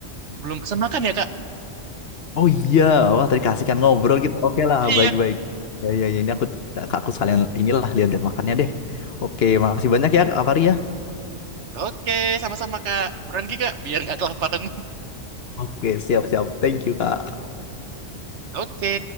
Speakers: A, on the right; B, on the left.
A: belum pesen makan ya kak?
B: Oh iya, wah tadi kasih kan ngobrol gitu. Oke lah,
A: Iya.
B: baik-baik. Ya, ya, ya, ini aku, aku sekalian inilah lihat-lihat makannya deh. Oke, makasih banyak ya, Kak Fahri ya.
A: Oke, sama-sama kak. Buruan kak, biar nggak kelaparan.
B: Oke, siap-siap. Thank you, Kak.
A: <laughs> Oke.